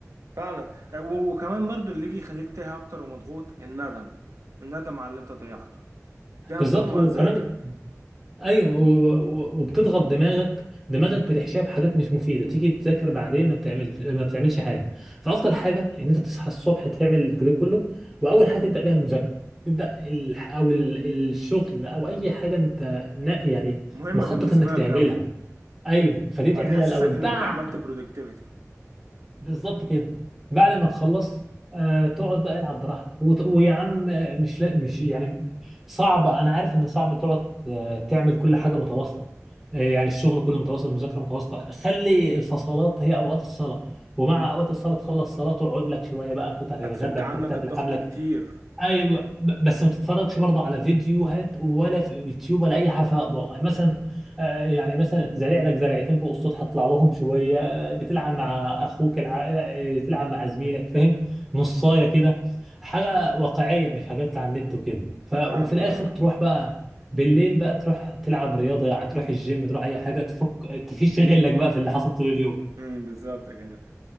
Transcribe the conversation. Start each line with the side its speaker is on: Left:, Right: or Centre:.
Right: فعلا آه، و- وكمان برضه اللي يجي يخليك تايه اكتر ومضغوط الندم الندم على اللي انت ضيعته دي هتدمر
Centre: بالظبط وكمان
Right: ذاتك
Centre: ايوه و- و- وبتضغط دماغك دماغك بتحشيها بحاجات مش مفيده تيجي تذاكر بعدين ما بتعملش ما بتعملش حاجه فافضل حاجه ان انت تصحى الصبح تعمل الجو كله واول حاجه تبدا بيها المذاكره تبدا ال... او ال... الشغل او اي حاجه انت نا- يعني
Right: مهمة
Centre: مخطط
Right: بالنسبة
Centre: انك تعملها
Right: لك قوي
Centre: ايوه فدي تعملها
Right: وهتحسسك
Centre: الاول بعد
Right: ان انت عملت برودكتيفيتي
Centre: بالظبط كده بعد ما تخلص آه تقعد بقى العب براحتك وت- ويا عم آه، مش لا مش يعني صعب انا عارف ان صعب تقعد آه تعمل كل حاجه متواصله آه يعني الشغل كله متواصل المذاكره متواصله خلي الفصلات هي اوقات الصلاه ومع اوقات الصلاه تخلص صلاه تقعد لك شويه بقى إن كنت هتتغدى
Right: هتفك
Centre: إن
Right: عنك
Centre: كنت هتلعب
Right: الضغط
Centre: لك
Right: كتير
Centre: ايوه ب- بس ما تتفرجش برضه على فيديوهات ولا في يوتيوب ولا اي حاجه فيها اضاءه يعني مثلا آه، يعني مثلا زارع لك زرعتين فوق السطح اطلع لهم شويه آه، بتلعب مع اخوك الع... آه، تلعب مع زميلك فاهم نصايه كده حاجه واقعيه مش حاجات على النت وكده ف... وفي
Right: فاهمك
Centre: الاخر
Right: اه
Centre: تروح بقى بالليل بقى تروح تلعب رياضه يعني تروح الجيم تروح اي حاجه تفك تفيش غلك بقى في اللي حصل طول اليوم
Right: امم بالظبط كده